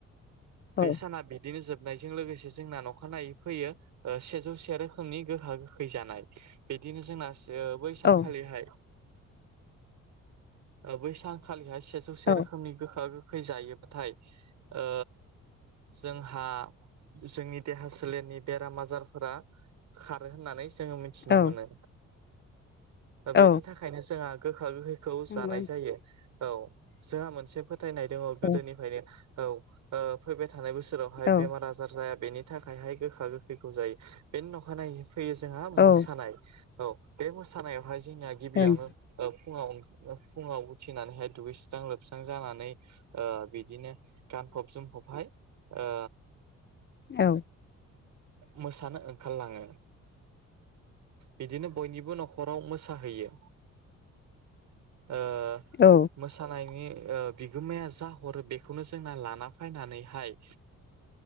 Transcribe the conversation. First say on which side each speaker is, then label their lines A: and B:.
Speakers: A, on the right; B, on the left.
A: बे
B: औ
A: साना बिदिनो जोब नायजों लोगोसे जोंना अखानायै फैयो ओ सेजौ से रोखोमनि गोखा गोखै जानाय। बिदिनो जोंना ओ बैसानखालिहाय
B: औ
A: ओ बैसानखालिहाय सेजौसे
B: औ
A: रोखोमनि गोखा गोखै जायोबाथाय ओ जोंहा जोंनि देहा सोलेरनि बेराम आजारफोरा खारो होननानै जोङो मिथिना
B: ओं
A: मोनो। ओ
B: औ
A: बेनि थाखायनो जोंहा गोखा गोखैखौ
B: नंगौ
A: जानाय जायो। औ जोंहा मोनसे फोथायनाय दङ गोदोनिफ्रायनो
B: औ
A: औ ओ फैबाय थानाय बोसो रावहाय
B: औ
A: बेमार आजार जाया बेनि थाखायहाय गोखा गोखैखौ जायो। बेनि अखानायै फैयो जोंहा मोसानाय
B: ओं
A: औ बे मोसानायावहाय जोंनिया गिबियावनो
B: ओम
A: ओ फुङाव फुङाव उथिनानैहाय दुगैस्रां लोबस्रां जानानै ओ बिदिनो गानफब जोमफबहाय ओ
B: औ
A: मोसानो ओंखारलाङो बिदिनो बयनिबो न'खराव मोसा मोसाहैयो ओ
B: औ
A: मोसानायनि ओ बिगोमाया जा हरो बेखौनो जोंना लाना फानानैहाय